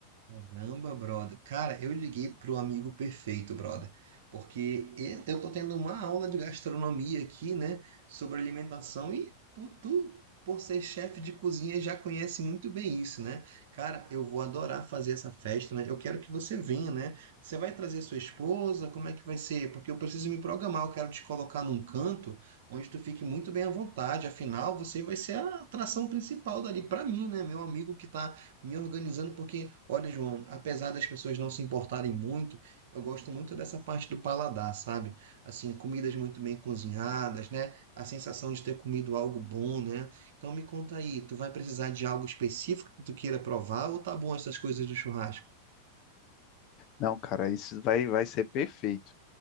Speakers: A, on the right; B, on the left.
A: Caramba, brother. Cara, eu liguei pro amigo perfeito, brother. Porque e- eu tô tendo uma aula de gastronomia aqui, né? Sobre alimentação. E pu- tu, por ser chefe de cozinha, já conhece muito bem isso, né? Cara, eu vou adorar fazer essa festa, né? Eu quero que você venha, né? Você vai trazer sua esposa? Como é que vai ser? Porque eu preciso me programar. Eu quero te colocar num canto onde tu fique muito bem à vontade. Afinal, você vai ser a atração principal dali pra mim, né? Meu amigo que tá me organizando, porque, olha, João, apesar das pessoas não se importarem muito, eu gosto muito dessa parte do paladar, sabe? Assim, comidas muito bem cozinhadas, né? A sensação de ter comido algo bom, né? Então me conta aí, tu vai precisar de algo específico que tu queira provar ou tá bom essas coisas do churrasco?
B: Não, cara, isso vai, vai ser perfeito.